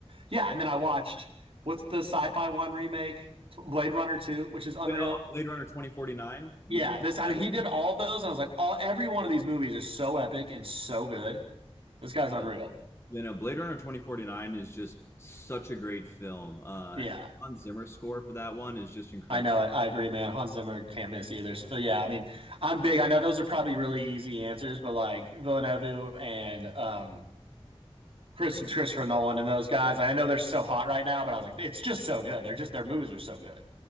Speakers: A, on the right; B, on the left.
A: yeah. And then I watched what's the sci-fi one remake, Blade Runner Two, which is unreal.
B: Wait, oh, oh, Blade Runner 2049. Yes.
A: Yeah, this. I
B: that
A: mean, he
B: is-
A: did all of those, and I was like, all every one of these movies is so epic and so good. This guy's unreal.
B: Yeah. No. Blade Runner 2049 is just such a great film. Uh,
A: Yeah,
B: Hans Zimmer score for that one is just incredible.
A: I know it. I agree, man. Hans Zimmer can't miss either. So yeah, I mean, I'm big. I know those are probably really easy answers, but like Villeneuve and um Chris and Christopher Nolan and those guys, I know they're so hot right now, but I was like, it's just so good. They're just their movies are so good. I